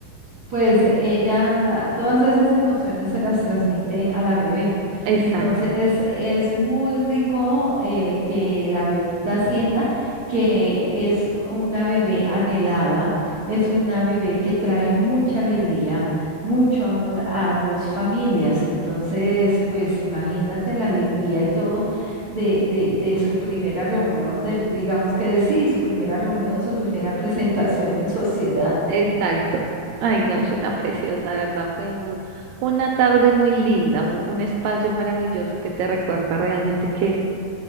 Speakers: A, on the right; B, on the right.
A: pues ella todas esas emociones se las transmite a la bebé.
B: Exacto.
A: Entonces es muy rico eh, que la bebita sienta que es una bebé anhelada, es una bebé que trae mucha alegría, mucho amor a dos familias. Entonces, pues imagínate la alegría y todo de, de, de su primera reunión, de digamos que de sí, su primera reunión, su primera <laughs> presentación en sociedad.
B: Exacto. Ay, no, es una preciosa, de verdad. Fue un- una tarde muy linda, un, un espacio maravilloso que te recuerda realmente que,